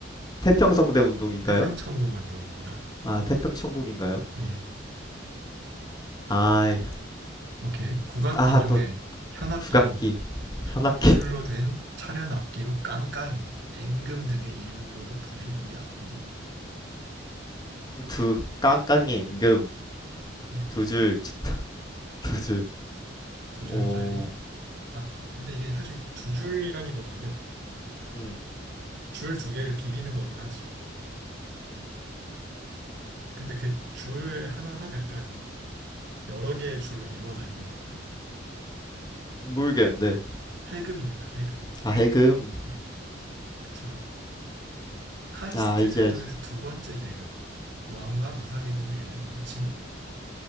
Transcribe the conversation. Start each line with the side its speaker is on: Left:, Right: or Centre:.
Left: 태평성대 운동인가요?
Right: 태평천국 운동입니다.
Left: 아, 태평천국인가요?
Right: 예.
Left: 아, 이-
Right: 오케이. 국악기
Left: 아,
Right: 중에
Left: 또
Right: 현악기로
Left: 국악기, 현악기,
Right: 두 줄로
Left: <laughs>
Right: 된 차련 악기로 깡깡이, 앵금 등의 이름으로도 불린 이 악기는
Left: 두, 깡깡이 임금,
Right: 예,
Left: 두 줄, 두 줄,
Right: 두
Left: 오,
Right: 줄짜리 악기. 근데 이게 사실 두 줄이라기보다는
Left: 음,
Right: 줄 두 개를 비비는 거긴 하지. 근데 그 줄 하나가 약간 여러 개의 줄로 이루어져 있는 느낌.
Left: 모르겠는데.
Right: 해금입니다. 해금.
Left: 아, 해금,
Right: 예, 그쵸. 카스트
Left: 아, 알지,
Right: 제도에서
Left: 알지.
Right: 두 번째 계급, 왕과 무사 계급을 잇는 이 호칭은